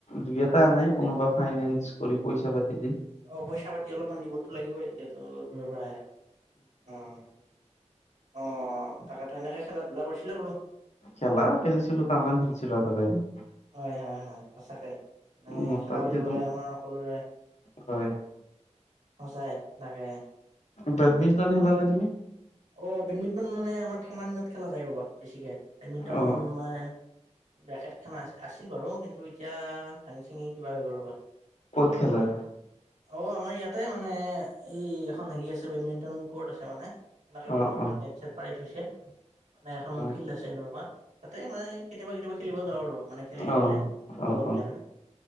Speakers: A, on the left (about 70°); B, on the right (about 70°).
A: দুই এটা আনে
B: তাকেতো
A: কোনোবা ফাইনেন্স কৰি পইচা পাতি দি।
B: অ', পইচা পাতি অলপমান দিবতো লাগিবই, যিহেতু দূৰৰ পৰা আহে। উম। অ', তাকেতো এনেকে খেলা ধূলা কৰিছিলা বোলো।
A: খেলাও খেলছিলো তামাম খেলিছিলো এটা টাইমত।
B: হয়-হয়-হয় সচাকে। মানে
A: মোটামুটি
B: খেলা বুলি ক'লে
A: তুম
B: আমাৰ সকলোৰে
A: হয়।
B: সঁচাই তাকে।
A: বেডমিণ্টন খেলা নে তুমি?
B: অ', বেডমিণ্টন মানে আমাৰ ঠাণ্ডা দিনত খেলা যায় ৰ'বা বেছিকে। বেডমিণ্টন
A: অ
B: মানে বেকেট খান আছি আছিল বাৰু কিন্তু এতিয়া ভাঙি চিঙি কিবা হৈ গ'ল ৰ'বা।
A: ক'ত খেলে?
B: অ আমাৰ ইয়াতে মানে, এই এখন হেৰি আছে বেডমিণ্টন কোৰ্ট আছে মানে। তেনেকে বেডমিণ্টন
A: অ অ
B: নেট- ছেট পাৰি থৈছে মানে এখন
A: অ
B: ফিল্ড আছে নৈ পাৰত তাতে মানে কেতিয়াবা কেতিয়াবা খেলিব যাওঁ আৰু মানে। খেলি থাকিলে
A: অ অ
B: লগৰবিলাক।
A: অ